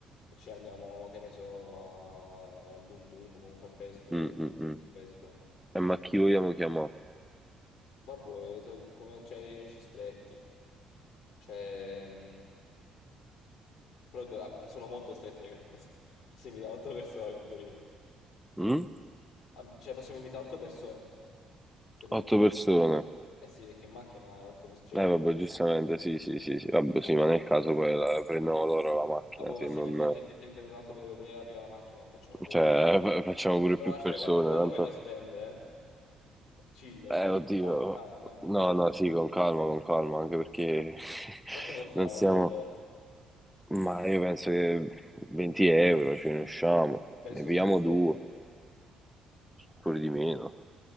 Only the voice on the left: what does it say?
e ci andiamo, che ne so, a- al Dum Dum, comunque a Pestum,
di Pestum.
Vabbè, tra- come c'è gli amici stretti. Cioè, mh, però, beh, ab- sono molto stretti, raga. <laughs> Questo- Si invita 8 persone in teoria.
Am- Cioè, possiamo invitare 8 persone. Se vogliamo
fare.
Eh sì, perché in macchina 8 c'è
di...
Ah, boh,
ma sì,
ma infatti effettivamente un altro potrebbe aprire aprire la macchina e facciamo pure.
Però
aspetta,
quanto, quanto vogliamo
spendere? eh? Chill,
cioè,
calma, calma, calma,
perché
quanto costerà
un
ombrellone?
Penso
un 20
euro.